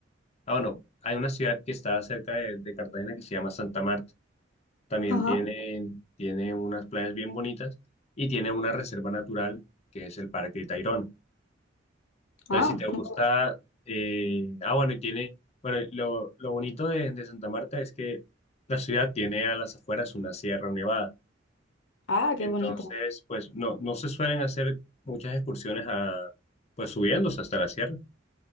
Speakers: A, on the left; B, on the left.
A: ah, bueno, hay una ciudad que está cerca de, de Cartagena que se llama Santa Marta. También
B: Ajá.
A: tiene, tiene unas playas bien bonitas y tiene una reserva natural que es el Parque Tayrona. Entonces,
B: Ah,
A: si te gusta,
B: no.
A: eh, ah, bueno, y tiene, bueno, lo, lo bonito de, de Santa Marta es que la ciudad tiene a las afueras una sierra nevada.
B: Ah, qué
A: Entonces,
B: bonito.
A: pues no, no se suelen hacer muchas excursiones a, pues subiéndose hasta la sierra.